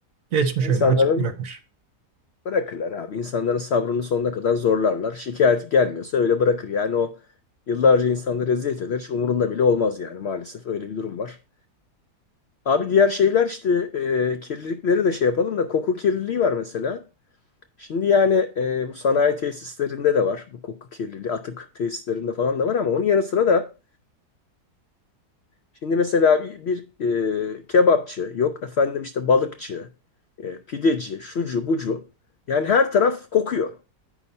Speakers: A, on the right (about 60°); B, on the left (about 70°).
A: geçmiş
B: İnsanların
A: öyle açık bırakmış.
B: bırakırlar abi. İnsanların sabrını sonuna kadar zorlarlar. Şikayeti gelmiyorsa öyle bırakır. Yani o yıllarca insanları eziyet eder. Hiç umurunda bile olmaz yani maalesef öyle bir durum var. Abi diğer şeyler işte e, kirlilikleri de şey yapalım da koku kirliliği var mesela. Şimdi yani e, bu sanayi tesislerinde de var bu koku kirliliği. Atık tesislerinde falan da var ama onun yanı sıra da şimdi mesela bir, bir e, kebapçı yok efendim işte balıkçı, e, pideci, şucu bucu. Yani her taraf kokuyor.